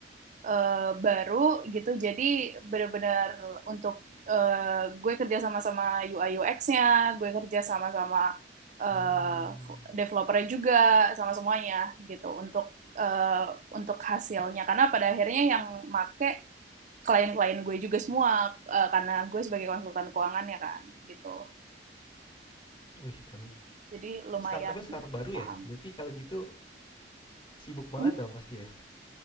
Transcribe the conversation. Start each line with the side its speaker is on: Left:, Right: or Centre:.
Right: eh, baru gitu, jadi benar-benar untuk eh, gue kerja sama-sama UI UX-nya, gue kerja sama-sama eh,
Left: Hmm.
Right: f- developernya juga, sama semuanya gitu untuk eh, untuk hasilnya. Karena pada akhirnya yang make klien-klien gue juga semua eh, karena gue sebagai konsultan keuangan ya kan gitu
Left: Wih keren.
Right: jadi lumayan
Left: Startupnya startup baru
Right: paham
Left: ya? Berarti kalau gitu sibuk banget
Right: Hmm?
Left: dong pasti ya.